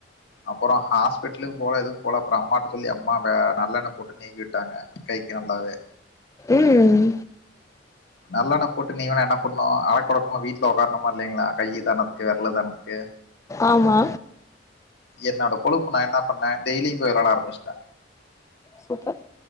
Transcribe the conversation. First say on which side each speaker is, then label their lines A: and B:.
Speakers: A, on the left; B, on the left.
A: அப்புறோ ஹாஸ்பெட்டலு போலது போல அப்புறோ அம்மாட்ட சொல்லி அம்மாவ நல்லெண்ண போட்டு நீக்கி விட்டாங்க கைக்கு நல்லாவே
B: ம்
A: நல்லெண்ணய் போட்டு நீவேணா பொண்ணு அடக்கொடக்கமா வீட்டுல உட்காரணமா இலைங்களா கைய தரானதுக்கு வெரல தரணதுக்கு
B: ஆமா
A: என்னோட கொழுப்பு நா என்ன பண்ணே டெய்லியு போய் நா வெள்ளாட ஆரம்பிச்ட்டே
B: சூப்பர்